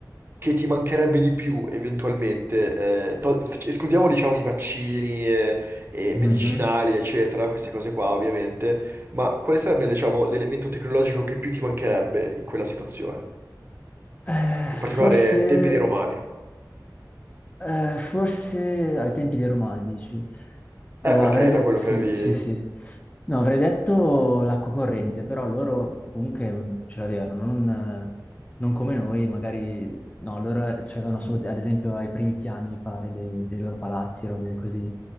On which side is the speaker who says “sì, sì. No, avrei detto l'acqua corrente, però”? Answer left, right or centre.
Left